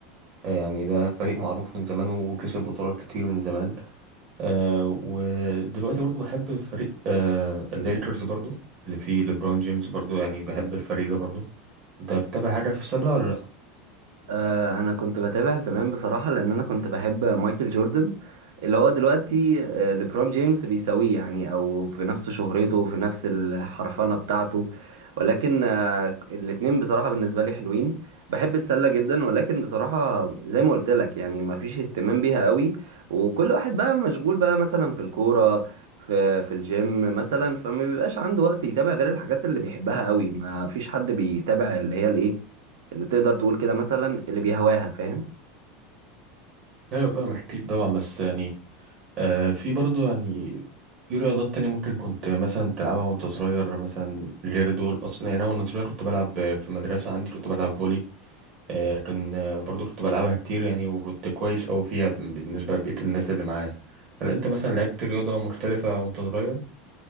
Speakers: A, on the right; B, on the right.
A: آه، يعني ده فريق معروف من زمان وكسب بطولات كتير من زمان آه، ودلوقتي برضو بحب فريق آه، الليكرز برضو اللي فيه ليبرون جيمس برضو يعني بحب الفريق ده برضو انت بتتابع حاجه في السله ولا لا
B: آه، انا كنت بتابع زمان بصراحه لان انا كنت بحب مايكل جوردن اللي هو دلوقتي آه، ليبرون جيمس بيساويه يعني او في نفس شهرته في نفس الحرفنه بتاعته ولكن آه، الاتنين بصراحه بالنسبه لي حلوين بحب السله جدا ولكن بصراحه زي ما قلت لك يعني ما فيش اهتمام بيها قوي وكل واحد بقى مشغول بقى مثلا في الكوره في في الجيم مثلا فما بيبقاش عنده وقت يتابع غير الحاجات اللي بيحبها قوي ما فيش حد بيتابع اللي هي الايه اللي تقدر تقول كده مثلا اللي بيهواها فاهم
A: ايوه فاهم اكيد طبعا بس يعني آه، في برضو يعني في رياضات تانية ممكن كنت مثلا تلعبها وانت صغير مثلا غير دول أصلا يعني أنا وأنا صغير كنت بلعب في المدرسة عندي كنت بلعب فولي آه، كان آه، برضو كنت بلعبها كتير يعني وكنت كويس أوي فيها ب- بالنسبة لبقية الناس اللي معايا هل أنت مثلا لعبت رياضة مختلفة وأنت صغير؟